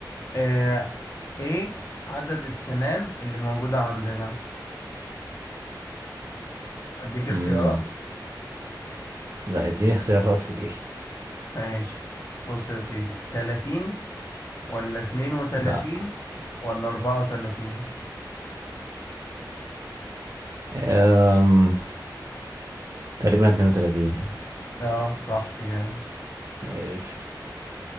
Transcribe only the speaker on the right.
مم. لا اديني اختيارات في دي
لا
أم... تقريبا 32
قشطة